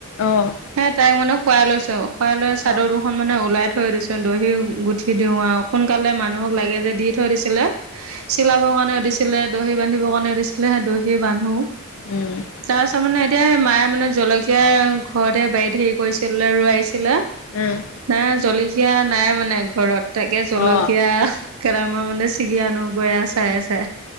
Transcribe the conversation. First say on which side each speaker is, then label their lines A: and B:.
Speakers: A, on the left; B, on the right.
A: অ',
B: হে তাইক মানে শুৱাই লৈছো আও শুৱাই লৈ
A: অ',
B: চাদৰ
A: অ',
B: দুখখন মানে ওলাই থৈ থৈ দিছো দহি গুঠি দিওঁ আৰু সোনকালে মানুহক লাগে যে দি থৈ দিছিলে চিলাবৰ কাৰণে সুধিছিলে দহি বান্ধিবৰ কাৰণে সুধিছিলে সেই দহি বান্ধো।
A: উম,
B: তাৰ পাছত মানে এতিয়া মায়ে মানে জলকীয় ঘৰতে বাৰীত হেৰি কৰিছে ছিলে ৰোৱাইছিলে
A: অ',
B: নাই জলকীয়া নাই মানে ঘৰত। তাকে জলকীয়া
A: অ', অ'।
B: কেইটামান মানে ছিগি আনো গয়ে চাই আছে। ছে